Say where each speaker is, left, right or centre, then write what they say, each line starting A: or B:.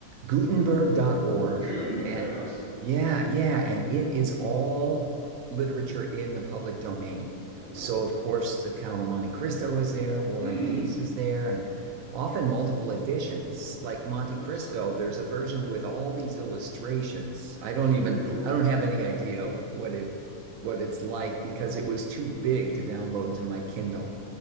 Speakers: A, on the right (about 80°); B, on the right (about 60°).
A: Gutenberg dot org,
B: Gutenberg.
A: And
B: Oh, nice.
A: yeah, yeah, and it is all literature in the public domain.
B: Oh, wow.
A: So, of course, the Count of Monte Cristo is there, War
B: Mm.
A: and Peace is there, and often multiple editions. Like Monte
B: Oh, nice.
A: Cristo, there's a version with all these illustrations. I don't even,
B: Oh, cool.
A: I don't have any idea what it what it's like because it was too big to download to my Kindle.